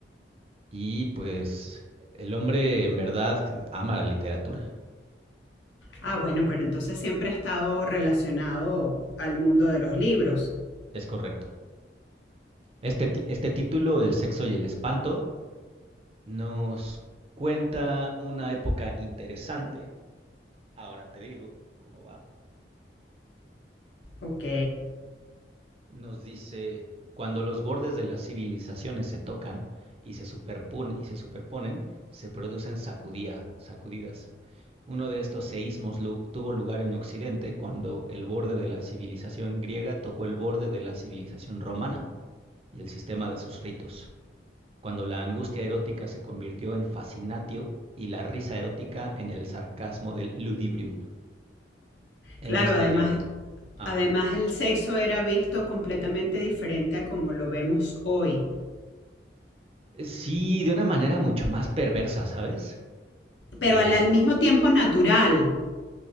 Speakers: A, on the right; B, on the left.
A: y pues el hombre en verdad ama la literatura,
B: Ah, bueno, pero entonces siempre ha estado relacionado al mundo de los libros.
A: es correcto. Este, ti- este título, El sexo y el espanto, nos cuenta una época interesante, ahora te digo cómo va,
B: Ok.
A: nos dice, cuando los bordes de las civilizaciones se tocan y se superponen, y se, superponen, se producen sacudía- sacudidas Uno de estos seísmos lu- tuvo lugar en Occidente cuando el borde de la civilización griega tocó el borde de la civilización romana y el sistema de sus ritos, cuando la angustia erótica se convirtió en fascinatio y la risa erótica en el sarcasmo del ludibrium, en
B: Claro,
A: este
B: además,
A: libro. Ajá.
B: además el sexo era visto completamente diferente a como lo vemos hoy,
A: Sí, de una manera mucho más perversa, ¿sabes?
B: pero
A: Eh,
B: al, al mismo tiempo natural.